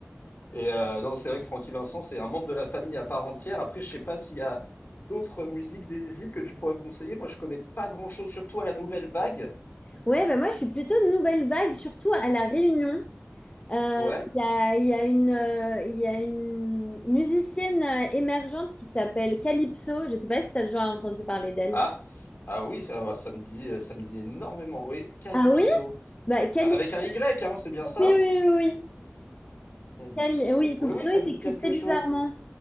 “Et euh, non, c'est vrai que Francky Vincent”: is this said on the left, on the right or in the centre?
Left